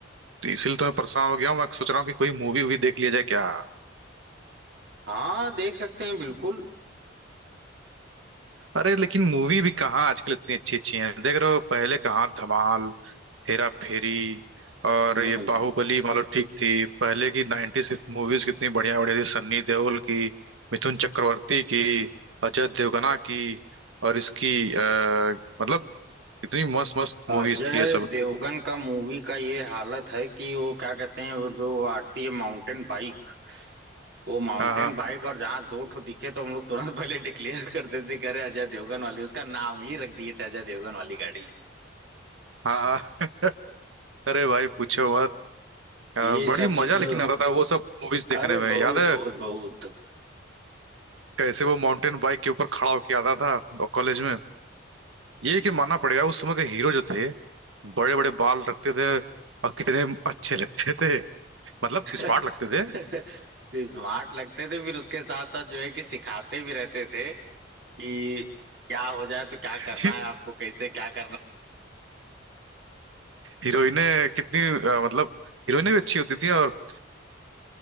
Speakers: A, on the right; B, on the right.
A: तो इसीलिए तो मैं परेशान हो गया हूँ मैं सोच रहा हूँ कि कोई मूवी वूवी देख लिया जाए क्या
B: हाँ देख सकते हैं बिल्कुल
A: अरे लेकिन मूवी भी कहाँ आजकल इतनी अच्छी अच्छी है देख रहे हो पहले कहाँ धमाल हेरा फेरी और
B: हम्म
A: ये बाहुबली मान लो ठीक थी पहले की 90s मूवीज कितनी बढ़िया बढ़िया थी सन्नी देओल की मिथुन चक्रवर्ती की अजय देवगना की और इसकी आ, मतलब कितनी मस्त मस्त
B: अजय
A: मूवीज थी ये सब
B: देवगन का मूवी का ये हालत है कि वो क्या कहते हैं वो जो आती है माउंटेन बाइक वो माउंटेन
A: हाँ हाँ
B: बाइक और जहाँ दो ठो दिखे तो हम लोग तुरंत पहले डिक्लेयर कर देते कि अरे अजय देवगन वाली उसका नाम ही रख दिए थे अजय देवगन वाली गाड़ी
A: हाँ हाँ अरे भाई पूछो मत अ,
B: ये
A: बड़ी
B: सब चीज
A: मजा लेकिन
B: तो
A: आता था वो सब मूवीज देखने
B: अरे
A: में
B: बहुत
A: याद है
B: बहुत बहुत
A: कैसे वो माउंटेन बाइक के ऊपर खड़ा होके आता था कॉलेज में ये लेकिन मानना पड़ेगा उस समय के हीरो जो थे बड़े बड़े बाल रखते थे और कितने अच्छे लगते थे मतलब
B: <laughs>
A: स्मार्ट लगते थे
B: स्मार्ट लगते थे फिर उसके साथ साथ जो है कि सिखाते भी रहते थे कि क्या हो जाए तो क्या
A: <laughs>
B: करना है आपको कैसे क्या करना
A: हीरोइनें कितनी अ, मतलब हीरोइनें भी अच्छी होती थी और